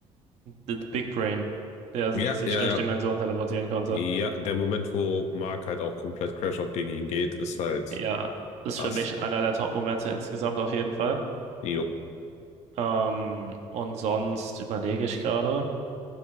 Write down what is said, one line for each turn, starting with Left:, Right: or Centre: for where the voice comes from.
Right: The, The Big Brain, der s-
Left: Ja,
Right: sich
Left: ja,
Right: durch
Left: ja.
Right: Dimensionen teleportieren konnte.
Left: Ja, der Moment, wo Mark halt auch komplett Crashout gegen ihn geht, ist halt
Right: Ja, ist
Left: krass.
Right: für mich einer der Top-Momente insgesamt auf jeden Fall.
Left: Jo.
Right: Ähm, und sonst überlege ich gerade.